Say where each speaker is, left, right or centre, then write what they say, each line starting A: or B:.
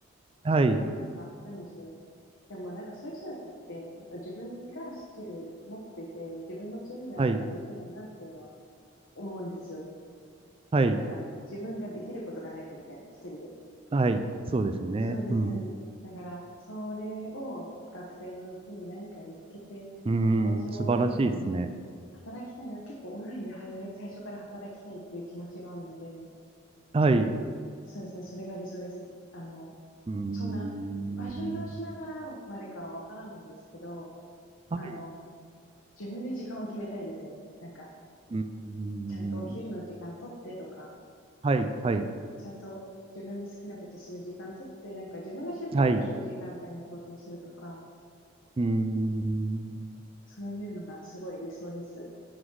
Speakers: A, on the right (about 25°); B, on the left (about 70°).
A: はい。
B: なんか、なんでしょう。でもなんかそういう人たちって、やっぱ自分がスキル持ってて、自分の強みがないとできないなっていうのは
A: はい。
B: 思うんですよ。
A: はい。
B: なんか、自分ができることがないとみたいな、一人で。
A: はい。そうですよね。
B: そうですよね。
A: うん。
B: だから、それを学生のうちに何か見つけて、
A: うー
B: 私もオンラインで
A: ん。素晴らしいですね。
B: 働きたいな。結構オンラインではい最初から働きたいっていう気持ちがあるので、
A: はい。う
B: そうですね。それが理想です。あの、
A: ーん。
B: そんな、場所移動しながらまでかはわからないんですけど、
A: はい。
B: あの、自分で時間を決めたいですよね。なんか、
A: うー
B: ちゃんとお昼の時間取ってとか、
A: ん。はい。はい。
B: ちゃんと自分の好きなことする時間取って、なんか自分が集中できる時間帯に仕事をするとか、
A: はい。うーん。
B: そういうのがすごい理想です。